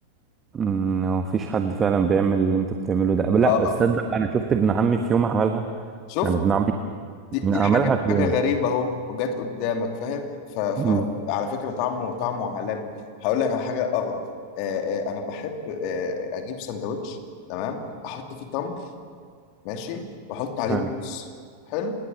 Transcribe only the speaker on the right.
أمم، هو مفيش حد فعلا بيعمل اللي أنت بتعمله ده لا
تصدق أنا شفت ابن عمي في يوم عملها
يعني ابن عمي
عملها
في
يوم
أمم،
حلو